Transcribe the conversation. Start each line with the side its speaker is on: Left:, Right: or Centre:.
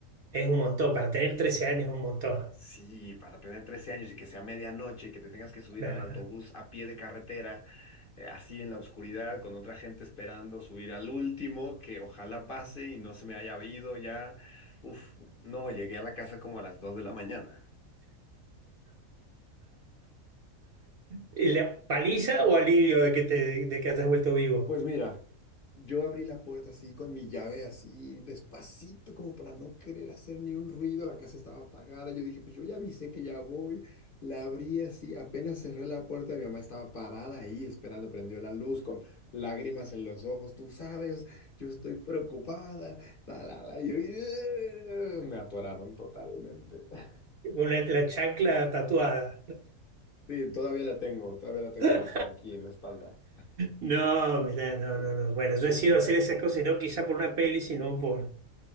Right: Es un montón. Para tener 13 años es un montón.
Left: Sí, para tener 13 años y que sea medianoche, y que te tengas que subir
Right: Nah.
Left: a un autobús a pie de carretera, eh, así en la oscuridad, con otra gente esperando subir al último, que ojalá pase y no se me haya ido ya. Uf, no, llegué a la casa como a las 2 de la mañana.
Right: ¿Y ¿La paliza o alivio de que, te, de que hayas vuelto vivo?
Left: Pues mira, yo abrí la puerta así con mi llave así despacito como para no querer hacer ni un ruido, la casa estaba apagada, yo dije, pues yo ya avisé que ya voy, la abrí así, apenas cerré la puerta, mi mamá estaba parada ahí esperando, prendió la luz con lágrimas en los ojos, tú sabes, yo estoy preocupada, la, la, la, y yo, "Ugh". me atoraron totalmente. <laughs>
Right: Una, la chancla tatuada.
Left: Sí, todavía la tengo, todavía la tengo
Right: <laughs>
Left: marcada aquí en la espalda.
Right: No, mirá, no, no, no. Bueno, yo he sido hacer esas cosas, y no quizá por una peli, sino por,